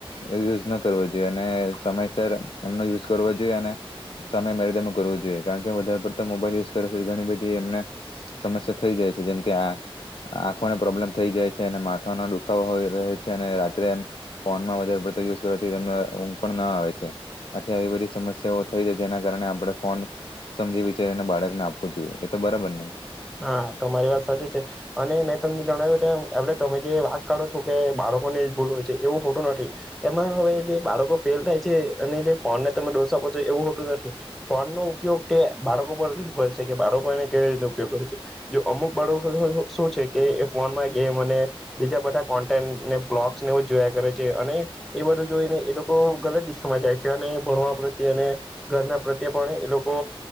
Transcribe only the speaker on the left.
યુઝ ન કરવો જોઈએ અને સમયસર એમનો યુઝ કરવો જોઈએ અને, સમય મેરેદમાં કરવો જોઈએ કારણ કે વધારે પડતો મોબાઈલ યુઝ કરે ઘણી બધી એમને, સમસ્યા થઈ જાય છે જેમકે આ આંખોને પ્રોબ્લેમ થઈ જાય છે અને માથાનો દુખાવો હોય રહે છે અને રાત્રે એમ, ફોનમાં વધારે પડતો યુઝ કરને ઊંઘ પણ ના આવે છે, આથી આવી બધી સમસ્યાઓ થઈ જાય જેના કારણે આપણે ફોન, સમજી વિચારીને બાળકને આપવું જોઈએ એ તો બરાબર ને.